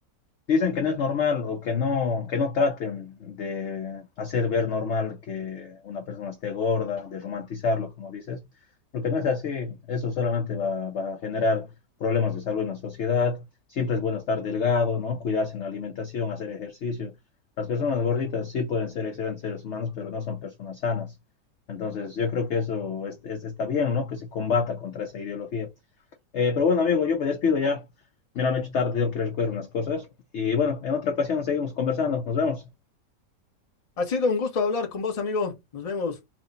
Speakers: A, on the left; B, on the left.
A: Dicen que no es normal o que no, que no traten de hacer ver normal que una persona esté gorda, de romantizarlo, como dices, porque no es así. Eso solamente va, va a generar problemas de salud en la sociedad. Siempre es bueno estar delgado, ¿no? Cuidarse en la alimentación, hacer ejercicio. Las personas gorditas sí pueden ser excelentes seres humanos, pero no son personas sanas. Entonces, yo creo que eso es- es- está bien, ¿no? Que se combata contra esa ideología. Eh, pero bueno, amigo, yo me despido ya. Me la han hecho tarde, tengo que recoger unas cosas. Y bueno, en otra ocasión seguimos conversando. Nos vemos.
B: Ha sido un gusto hablar con vos, amigo. Nos vemos.